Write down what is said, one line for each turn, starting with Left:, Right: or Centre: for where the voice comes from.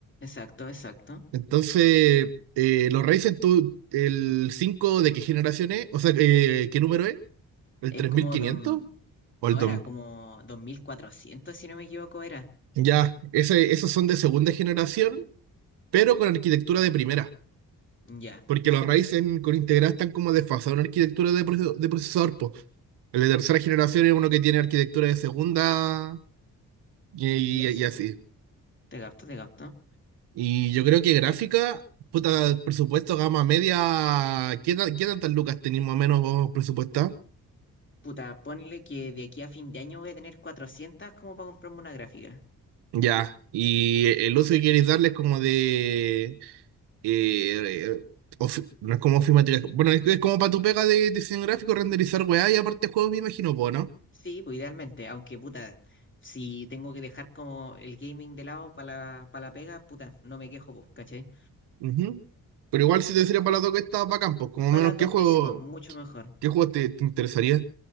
Left: Exacto, exacto.
Right: Entonces, eh, los Ryzen, tú, el 5 de qué generación es, o sea, eh, ¿qué número es? ¿El
Left: Es
Right: tres
Left: como
Right: mil quinientos
Left: don,
Right: o
Left: no
Right: el 2?
Left: era como 2400 si no me equivoco, era.
Right: Ya, ese- esos son de segunda generación, pero con arquitectura de primera,
Left: Ya,
Right: porque los Ryzen con Integra están como desfasados en arquitectura de, proce- de procesador, po. El de tercera generación es uno que tiene arquitectura de segunda y, y-
Left: ya, sí.
Right: y así.
Left: Te capto, te capto.
Right: Y yo creo que gráfica, puta, presupuesto gama media, ¿qué, tan- qué tantas lucas tenéis más o menos vos presupuestado?
Left: Puta, ponle que de aquí a fin de año voy a tener 400 como para comprarme una gráfica.
Right: Ya, y el uso que queréis darles como de... eh, eh, of- no es como afirmativa. Bueno, es, es como para tu pega de diseño gráfico, renderizar weá y aparte juegos, me imagino, po, ¿no?
Left: Sí, pues idealmente, aunque puta, si tengo que dejar como el gaming de lado para la, para la pega, puta, no me quejo, pues, ¿cachai?
Right: Ujú. Pero igual si te sirve para las dos que estás bacán, pues como
Left: Para
Right: menos,
Left: las
Right: ¿qué
Left: dos
Right: juego,
Left: meses, weón, mucho mejor.
Right: qué juego te, te interesaría?